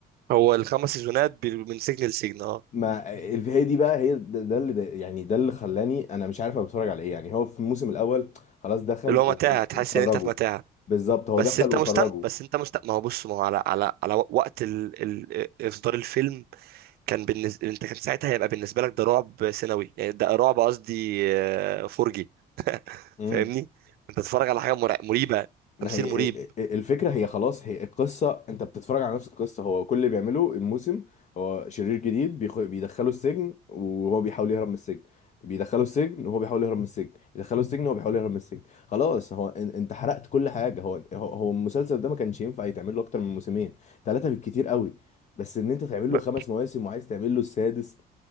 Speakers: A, on the right; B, on the left.
A: هو الخمس سيزونات بي- من سجن لسجن اه
B: ما الفي دي بقى هي ده, ده اللي ده يعني ده اللي خلاني انا مش عارف انا بتفرج على ايه يعني هو في الموسم الاول خلاص دخل
A: اللي هو
B: و-
A: متاهه
B: و-
A: تحس
B: وخرجه
A: ان انت في متاهه
B: بالظبط هو
A: بس
B: دخل
A: انت
B: وخرجه
A: مستمتع بس انت مستمتع ما هو بص ما هو على على على وقت ال... ال... آه، اصدار الفيلم كان بالنسبه انت كان ساعتها هيبقى بالنسبه لك ده رعب سنوي يعني ده رعب قصدي آه، فرجي
B: امم
A: فاهمني انت تتفرج على حاجه مرع- مريبه
B: ما
A: تمثيل
B: هي
A: مريب
B: الفكرة هي خلاص هي القصة انت بتتفرج على نفس القصة هو كل اللي بيعمله الموسم هو شرير جديد بيخ... بيدخله السجن وهو بيحاول يهرب من السجن بيدخله السجن وهو بيحاول يهرب من السجن بيدخله السجن وهو بيحاول يهرب من السجن خلاص هو ان... انت حرقت كل حاجة هو هو هو المسلسل ده ما كانش ينفع يتعمل له اكتر من موسمين ثلاثة بالكتير قوي بس ان انت تعمل
A: ب-
B: له خمس مواسم وعايز تعمل له السادس